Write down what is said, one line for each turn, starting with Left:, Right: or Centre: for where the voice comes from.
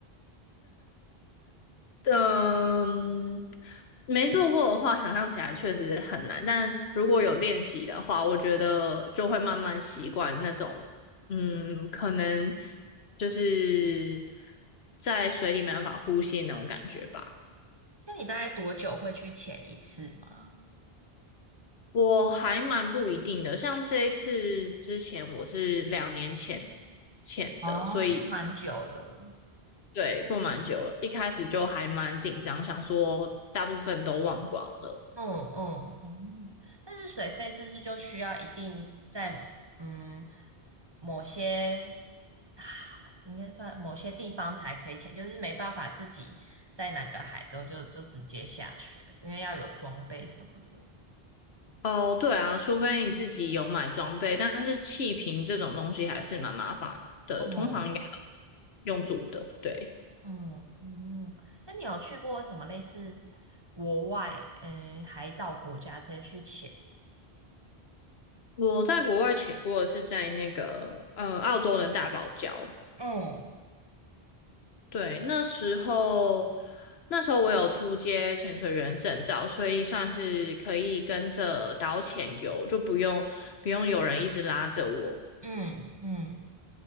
Left: 嗯，没做过的话，想象起来确实很难。但如果有练习的话，我觉得就会慢慢习惯那种，嗯，可能就是在水里没办法呼吸的那种感觉吧。
Right: 那你大概多久会去潜一次吗？
Left: 我还蛮不一定的，像这一次之前我是两年前前的，
Right: 哦，
Left: 所以
Right: 那蛮久了。
Left: 对，过蛮久了，一开始就还蛮紧张，想说大部分都忘光了。
Right: 嗯嗯嗯，但是水费是不是就需要一定在嗯某些啊，应该算某些地方才可以潜，就是没办法自己在哪个海州就就直接下去，因为要有装备什么的。
Left: 哦，对啊，除非你自己有买装备，但是气瓶这种东西还是蛮麻烦的，
Right: 嗯
Left: 通常应该用住的。对，
Right: 嗯嗯，那你有去过什么类似国外嗯海岛国家这些去潜？
Left: 我在国外潜过的是在那个嗯澳洲的大堡礁，
Right: 嗯
Left: 对，那时候那时候我有出街潜水员证照，所以算是可以跟着导潜游，就不用不用有人一直拉着我。
Right: 嗯嗯。